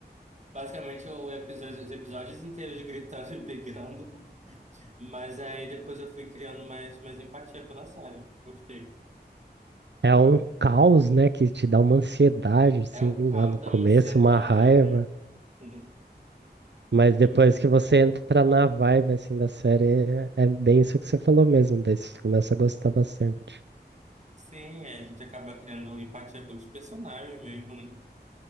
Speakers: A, on the right; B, on the right.
A: basicamente o episódio, os episódios inteiros gritando e brigando. Mas aí depois eu fui criando mais, mais empatia pela Sarah. Gostei.
B: É um caos, né, que te dá uma ansiedade, assim,
A: É o caos
B: lá no
A: da
B: começo,
A: ansiedade.
B: uma raiva.
A: <laughs>
B: Mas depois
A: E,
B: que você entra na vibe assim da série, é é bem isso que você falou mesmo, daí você começa a gostar bastante.
A: Sim, é, a gente acaba criando empatia pelos personagens mesmo, né?